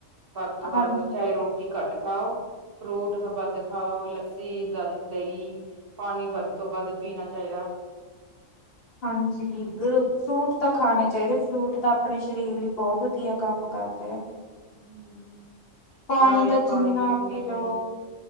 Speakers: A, on the right; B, on the left.
A: ਵੱਦ ਤੋਂ ਵੱਦ
B: ਹਾਂਜੀ
A: ਚਾਹੇ ਰੋਟੀ ਘਾਟ ਖਾਓ। ਫ੍ਰੂਟ ਖ ਬਾੱਦ ਖਾਓ, ਲੱਸੀ ਈ ਦਹੀ। ਪਾਨੀ ਬਦ ਤੋਂ ਬਦ ਪੀਨਾ ਚਾਈਦਾ।
B: ਹਾਂਜੀ, ਗੁਰੂ ਫ੍ਰੂਟ ਤਾਂ ਖਾਨੇ ਚਾਈਦੇ, ਫ੍ਰੂਟ ਤਾਂ ਆਪਨੇ ਸ਼ਰੀਰ ਲਈ ਬੋਹ ਵਦੀਆ। ਕਾੰਮ ਕਾਰਦੇ ਆ।
A: ਹੂੰ
B: ਪਾਣੀ
A: ਨਾਰੀਅਲ
B: ਤਾਂ,
A: ਪਾਣੀ
B: ਜਿੰਨਾ
A: ਵੀ ਪੀਣਾ
B: ਪੀ ਲੋ
A: ਚਾਹੀਦਾ